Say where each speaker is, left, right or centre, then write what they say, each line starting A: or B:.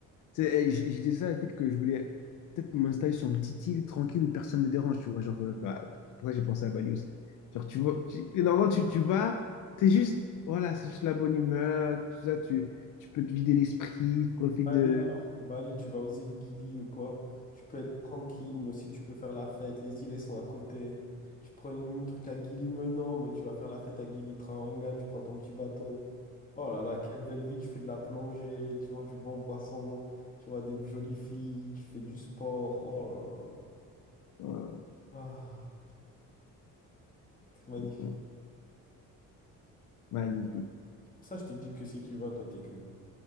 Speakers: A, on the left; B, on the left.
A: tu sais, eh, j- j'ai dit ça avec que je voulais peut-être m'installer sur une petite île tranquille où personne ne dérange, tu vois. Genre, euh, bah, pourquoi j'ai pensé à Bali aussi. Genre, tu vois, tu, et normalement, tu, tu vas, t'es juste, voilà, c'est juste la bonne humeur, tout ça, tu, tu peux te vider l'esprit, profite
B: Bali,
A: de.
B: alors. Bali, tu vas aux îles Gili ou quoi, tu peux être tranquille, mais aussi tu peux faire la fête. Les îles, elles sont à côté. Tu te prends une, un truc à Gili Menon, mais tu vas faire la fête à Gili Trawangan, tu prends ton petit bateau. Oh là là, quelle belle vie, tu fais de la plongée, tu manges du bon poisson, tu vois des jolies filles, tu fais du sport. Oh là là.
A: Voilà,
B: Ah, c'est magnifique.
A: c'est ça. magnifique.
B: Pour ça, je te dis que si tu vas, toi, t'es cuit.